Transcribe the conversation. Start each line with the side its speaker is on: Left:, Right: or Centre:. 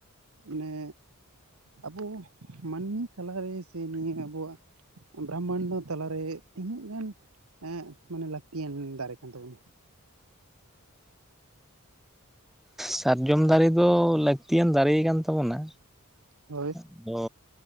Right: ᱢᱟᱱᱮ ᱟᱵᱚ ᱢᱟᱹᱱᱢᱤ ᱛᱟᱞᱟᱨᱮ ᱥᱮ ᱱᱤᱭᱟᱹ ᱟᱵᱚᱣᱟᱜ ᱵᱨᱟᱦᱢᱟᱱᱰᱚ ᱛᱟᱞᱟᱨᱮ ᱛᱤᱱᱟᱹᱜ ᱜᱟᱱ ᱮ ᱢᱟᱱᱮ ᱞᱟᱹᱠᱛᱤᱭᱟᱱ ᱫᱟᱨᱮ ᱠᱟᱱ ᱛᱟᱵᱚᱱᱟ
Centre: ᱥᱟᱨᱡᱚᱢ ᱫᱟᱨᱮ ᱫᱚ ᱞᱟᱹᱠᱛᱤᱭᱟᱱ ᱫᱟᱨᱮ ᱠᱟᱱ ᱛᱟᱵᱚᱱᱟ
Right: ᱦᱳᱭ
Centre: ᱟᱫᱚ